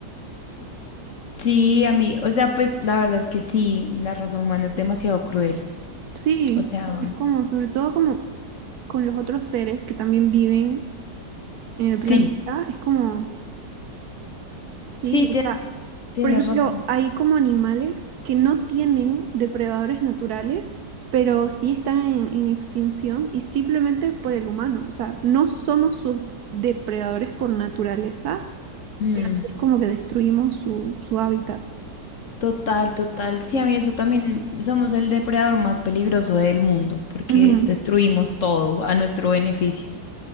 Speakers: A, on the left; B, on the right.
A: Sí, a mí, o sea, pues la verdad es que sí, la raza humana es demasiado cruel.
B: Sí,
A: O sea,
B: es como, sobre todo como con los otros seres que también viven en el
A: sí.
B: planeta, es como, sí,
A: Sí, tienes,
B: o sea,
A: tienes
B: por ejemplo,
A: razón.
B: hay como animales que no tienen depredadores naturales, pero sí están en, en extinción y simplemente por el humano, o sea, no somos sus depredadores por naturaleza,
A: Mm,
B: pero sí es como que destruimos su, su hábitat.
A: total, total. Sí, a mí eso también somos el depredador más peligroso del mundo porque
B: Ujú.
A: destruimos todo a nuestro beneficio.